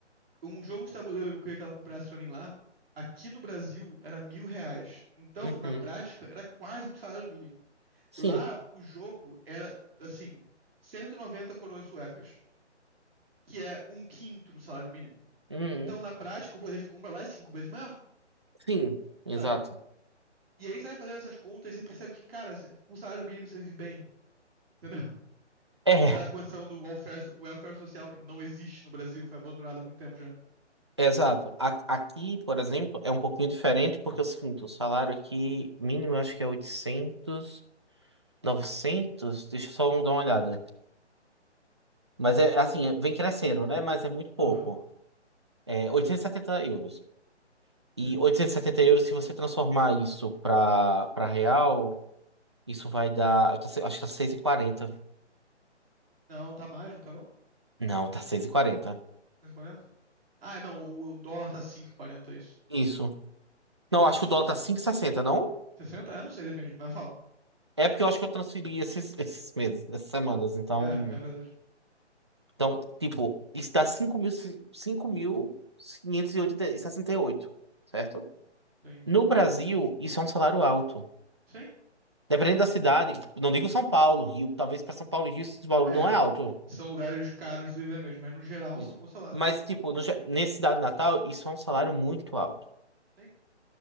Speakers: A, on the right (about 55°); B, on the right (about 25°).
A: Um jogo de tabuleiro que eu queria que ela comprasse pra mim lá, aqui no Brasil era mil reais. Então,
B: Uhum.
A: na prática, era quase um salário mínimo.
B: Sim.
A: Lá, o jogo era, assim, 190 coroas suecas, que é um quinto do salário mínimo.
B: Uhum.
A: Então, na prática, o poder de compra lá é cinco vezes maior,
B: Sim, exato.
A: sabe? E aí, sai fazendo essas contas e você percebe que, cara, você- com o salário mínimo você vive bem, entendeu?
B: É,
A: aquela condição do welfare, welfare social que não existe no Brasil, foi abandonada há muito tempo já.
B: exato. A- aqui, por exemplo, é um pouquinho diferente porque é o seguinte, o salário aqui mínimo eu acho que é oitocentos novecentos deixa eu só dar uma olhada. Mas é assim, é- vem crescendo, né? Mas é muito pouco.
A: Aham,
B: É 870 euros. E
A: sim.
B: 870 euros, se você transformar isso para para real, isso vai dar, eu tô se- acho que tá 6,40.
A: Não, tá mais, não tá não?
B: Não, tá seis e quarenta.
A: cento e quarenta Ah, não, o, o dólar tá 5,40, é isso.
B: Isso. Não, acho que o dólar tá cinco e sessenta, não?
A: sessenta É, não sei, depende, mas fala.
B: É porque eu acho que eu transferi esses, <laughs> esses meses, essas semanas. Então,
A: É, é verdade.
B: então, tipo, isso dá cinco mil, cinco mil quinhentos e sessenta e oito, certo?
A: Sim.
B: No Brasil, isso é um salário alto.
A: Sim?
B: Dependendo da cidade, não digo São Paulo, Rio, talvez para São Paulo e Rio esse valor
A: É,
B: não é alto.
A: são lugares caros de se viver mesmo, mas no geral
B: Isso.
A: são bons salários.
B: Mas, tipo, no, ge- nesse cidade Natal, isso é um salário muito alto.
A: Sim.